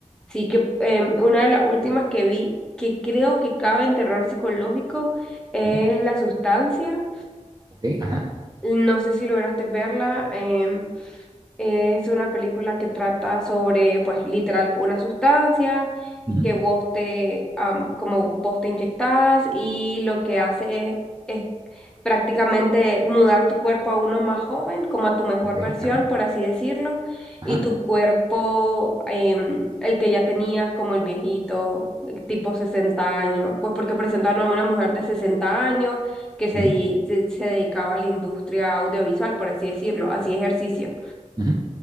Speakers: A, in the centre; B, on the right.
A: Sí que em, una de las últimas que vi que creo que cabe en terror psicológico es
B: ujú,
A: La Sustancia.
B: ok, ajá,
A: No sé si lograste verla. em, es una película que trata sobre, pues literal, una sustancia
B: ujú,
A: que vos te, am, como vos te inyectás y lo que hace es prácticamente mudar tu cuerpo a uno más joven, como a tu mejor
B: ok,
A: versión,
B: ajá,
A: por así decirlo,
B: ajá,
A: y tu cuerpo, em, el que ya tenías como el viejito, el tipo 60 años, pues porque presentaron a una mujer de 60 años que se,
B: ujú,
A: di- se, se dedicaba a la industria audiovisual, por así decirlo, hacía ejercicio
B: ujú,